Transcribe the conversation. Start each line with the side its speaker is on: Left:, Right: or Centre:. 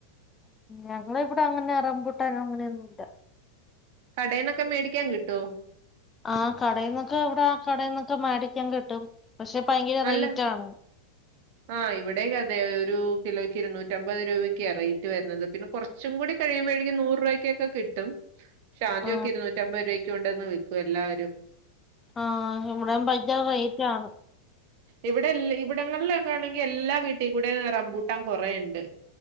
Left: ഞങ്ങള ഇവിടെ അങ്ങനെ റൂംബൂട്ടാ അങ്ങനെയൊന്നുല്ല
Right: കടയിൽന്നൊക്കെ മേടിക്കാൻ കിട്ടോ
Left: ആഹ് കടയിൽന്നൊക്കെ ഇവിടെ കടയിൽന്നൊക്കെ മേടിക്കാൻ കിട്ടും പക്ഷെ ഭയങ്കര
Right: നല്ല
Left: റേറ്റ് ആണ്
Right: ആഹ് ഇവിടേയും അതെ ഒരു കിലോക്ക് ഇരു നൂറ്റമ്പത് രൂപയ്ക്കാ റേറ്റ് വരുന്നത് പിന്നെ കുറച്ച് കുറച്ചും കൂടി കഴിയുമ്പോഴേക്കും നൂറ് രൂപയ്ക്കെ കിട്ടും പക്ഷെ ആദ്യമൊക്കെ
Left: ആ
Right: ഇരുന്നു നറ്റമ്പത് രൂപക്ക്‌ കൊണ്ടന്ന് വിൽക്കും എല്ലാവരും
Left: ആഹ ഇവിടെ ഭയകര റേറ്റാണ്
Right: ഇവിടെല്ല ഇവിടങ്ങളില് ണെങ്കിൽ എല്ലാ വീട്ടിൽ കൂടെ റംമ്പൂട്ടൻ കുറെ ഉണ്ട്